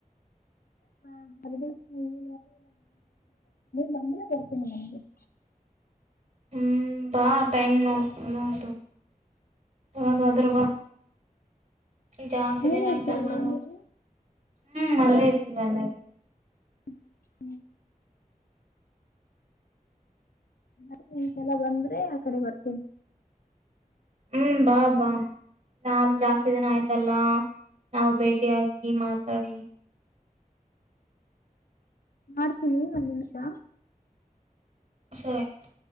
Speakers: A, on the left; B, on the right.
A: ನ ಬರ್ತೀನಿ ನಮನೇ ಬರ್ತೀನಿ ನಮಗೆ
B: ಹ್ಮ್ ಬಾ ಟೈಮ ನ ನತ ಒದ ದರಬ್ ಜಾಸ್ತಿ
A: ಮೇಲೆ
B: ದಿನ ಆಯ್ತಲ್ವಾ
A: ಇರ್ತೀರಲ್ವಾ
B: ನೋಡಿ
A: ನೀವು
B: ಹ್ಮ್ ಮಲ್ಲೆ ಇತ ಮಲ್ಲ ಆತ
A: ಹ್ಮ ಹ್ಮ್ ನರಿ ನಿಂಸಲ್ಲ ಬಂದ್ರೆ ಆ ಕಡೆ ಬರ್ತೇನಿ
B: ಹ್ಮ್ ಬಾ ಬಾ ನಾನು ಜಾಸ್ತಿ ದಿನ ಆಯ್ತಲ್ಲ ನಾವು ಬೇಟಿ ಆಗಿ ಮಾತಾಡಿ
A: ಮಾಡ್ತೀನಿ ಒಂದ್ ನಿಮಿಷ
B: ಸರಿಯ್ತು